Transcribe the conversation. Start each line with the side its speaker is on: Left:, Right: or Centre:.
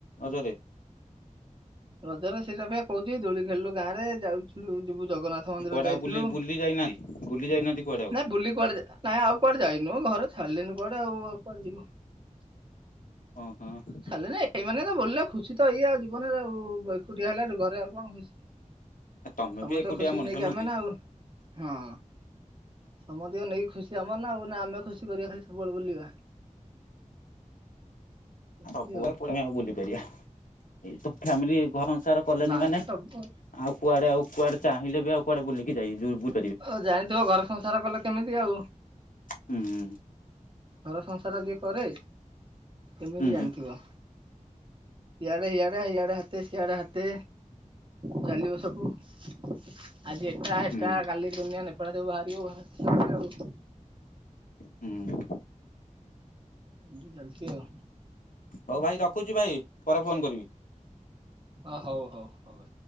Left: ରଜରେ।
Right: ରଜରେ ସେଇଟା ଭା କହୁଛି ଦୋଳି ଖେଳିଲୁ ଗାଁ ରେ ଯାଉଥିଲୁ ଯିବୁ ଜଗନ୍ନା ଥ ମନ୍ଦିର
Left: କୁଆଡେ
Right: ଯାଇଥିଲୁ।
Left: ଆଉ ବୁଲି ବୁଲି ଯାଇନାହାନ୍ତି ବୁଲି ଯାଇନାହାନ୍ତି କୁଆଡେ ଆଉ
Right: ନା ବୁଲି କୁଆଡ଼େ ଯା ନାଇଁ ଆଉ କୁଆଡ଼େ ଯାଇନୁ ଘରେ ଛାଡ଼ିଲେ ନି। ବଡେ ହୋଉ ଆଉ କୁଆଡ଼େ ଯିବ।
Left: ଓହୋ
Right: ସାରିଲେନି ଏଇ ମାନେ ତ ବୋଲ ଖୁସି ତ ଏଇଆ ଜୀବନ। ଆଉ ଗଇ ଖୁଟିଆ ହେଲାଠୁ ଘରେ ଆଉ କଣ ଖୁସି।
Left: ତମେ
Right: ସମସ୍ତେ
Left: ବି ଏକୁଟିଆ
Right: ଖୁସିିକି
Left: ମଣିଷ
Right: ନେଇକି
Left: ନୁହଁ
Right: ଆମେ
Left: କି
Right: ନା ଆଉ ହଁ। ସମତିକ ନେଇ ଖୁସି ଆମର ନା ଆଉ ନା ଆମେ ଖୁସି କରିବା ଖାଲି ସବୁବେଳେ ବୁଲିବା। ଏମିତି
Left: ସବୁଆ
Right: ଆଉ।
Left: କୁଆଡ଼େ ଆମେ ବୁଲିପାରିବା। ଏ ତ ଫ୍ୟାମିଲି ଘର ଅନସାର କଲେନି
Right: ନାଇଁ
Left: ମାନେ।
Right: ନା ସବୁ
Left: ଆଉ କୁଆଡ଼େ ଆଉ କୁଆଡ଼େ ଚାହିଁଲେବି ଆଉ କୁଆଡ଼େ ବୁଲିକି ଯାଇ ଯୁ ବୁ
Right: ଓ ଜାଣିଥିବ ଘର ସଂସାର କଲେ କେମିତି ଆଉ
Left: ହୁଁ।
Right: ଘର ସଂସାର ଯିଏ କରେ କେମିତି
Left: ହୁଁ
Right: ଜାଣିଥିବ?
Left: ହୁଁ
Right: ଇଆଡେ ଇଆଡେ ଇଆଡେ ହାତେ ସିଆଡ଼େ ହାତେ। ଚାଲିବ ସବୁ। ଆଜି ଏଟା ହେଟା
Left: ହୁଁ
Right: କାଲି ଦୁନିଆ ନେଫେଡା ସବୁ ବାହାରିବ ଘରେ ଆଉ
Left: ହୁଁ।
Right: ଚାଲିଚି ଆଉ
Left: ହଉ ଭାଇ ରଖୁଛି ଭାଇ ପରେ ଫୋନ୍ କରିବି।
Right: ଆ ହଉ ହଉ ହଉ।